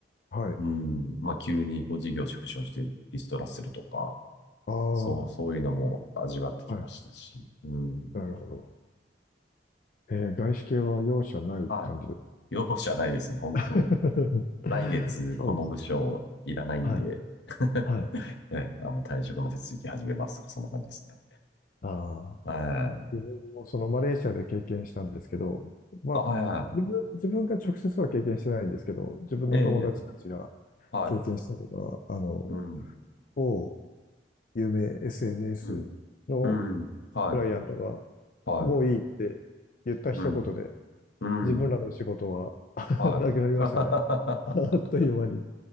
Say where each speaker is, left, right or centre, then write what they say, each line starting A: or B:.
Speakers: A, on the left; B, on the left.
A: はい。
B: うん。まあ、急にこう事業縮小してリストラするとか、
A: ああ、
B: そう、そういうのも味わってきましたし。
A: はい。
B: うん。
A: なるほど。ええ外資系は容赦ない感じです。
B: はい。容赦ないですね、本当。
A: <laughs>
B: 来月この部署いらないんで、
A: そうですよね。はい。
B: <laughs>
A: はい。
B: ね、あの退職の手続き始めますとか、そんな感じですね。
A: ああ。
B: ええ。
A: 自分もそのマレーシアで経験したんですけど、まあ、
B: あ、はいは
A: 自分、自分が直接は経験してないんですけど、自分の友達たちが
B: い。ええ、はい。
A: 経験したのが、あの、
B: うん、
A: 某有名 SNS
B: うん、
A: の
B: うん、はい、
A: クライアントが、
B: はい、
A: もういいって言った一言で、
B: うん、うん、
A: 自分らの仕事は <laughs>
B: はい。
A: なくなりましたね。
B: <laughs>
A: あっという間に。